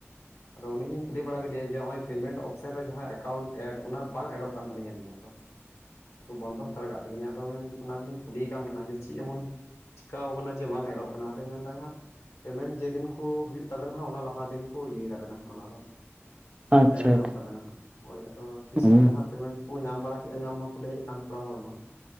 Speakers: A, on the left; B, on the right.
A: ᱟᱫᱚ ᱩᱱᱤᱧ ᱠᱩᱞᱤ ᱵᱟᱲᱟ ᱠᱮᱫᱮᱭᱟ, ᱡᱮ, ᱱᱚᱜᱼᱚᱭ ᱯᱮᱢᱮᱱᱴ ᱚᱯᱥᱮᱱ ᱨᱮ, ᱡᱟᱦᱟᱸ ᱮᱠᱟᱣᱩᱱᱴ ᱮᱰ, ᱚᱱᱟ ᱵᱟᱝ ᱮᱰᱚᱜ, ᱠᱟᱱ ᱛᱟᱹᱞᱤᱧᱟ ᱟᱹᱞᱤᱧᱟᱜ ᱫᱚ ᱾
B: <unintelligible>
A: ᱵᱚᱱᱫᱚ ᱦᱟᱛᱟᱲ ᱟᱠᱟᱫ ᱛᱟᱹᱞᱤᱧᱟ, ᱟᱫᱚ, ᱢᱮᱱ, ᱚᱱᱟ ᱜᱮ ᱞᱤᱧ ᱠᱩᱞᱤᱭᱮ ᱠᱟᱱ ᱛᱟᱦᱮᱱᱟ, ᱡᱮ, ᱪᱮᱫ ᱮᱢᱚᱱ ᱪᱤᱠᱟᱣ ᱟᱠᱟᱱᱟ, ᱡᱮ, ᱵᱟᱝ ᱮᱰᱚᱜ ᱠᱟᱱᱟ ᱾ ᱟᱫᱚᱭ ᱢᱮᱱ ᱮᱫᱟ ᱦᱟᱸᱜ ᱯᱮᱢᱮᱱᱴ ᱡᱮ ᱫᱤᱱ ᱠᱚ, ᱦᱩᱭᱳᱜ ᱛᱟᱵᱤᱱᱟ ᱾ ᱚᱱᱟ ᱞᱟᱦᱟ ᱫᱤᱱ ᱠᱚ, ᱤᱭᱟᱹᱭ ᱛᱟᱵᱤᱱᱟ ᱾ ᱚᱱᱟ ᱫᱚ
B: ᱟᱪᱪᱷᱟ
A: ᱮᱰ ᱜᱟᱱᱚᱜ
B: ᱟᱪᱪᱷᱟ
A: ᱛᱟᱵᱮᱱᱟ ᱦᱟᱸᱜ ᱳᱭ ᱟᱫᱚ ᱛᱤᱥ
B: ᱦᱩᱸ
A: ᱠᱚᱛᱮ ᱦᱟᱸᱜ ᱯᱮᱢᱮᱱᱴ ᱠᱚ ᱧᱟᱢ ᱵᱟᱲᱟ ᱠᱮᱜᱼᱟ ᱧᱟᱢ ᱢᱟᱠᱚ ᱞᱟᱹᱭᱮᱫ ᱠᱟᱱ ᱛᱷᱚᱲᱟ ᱦᱚᱲ ᱢᱟ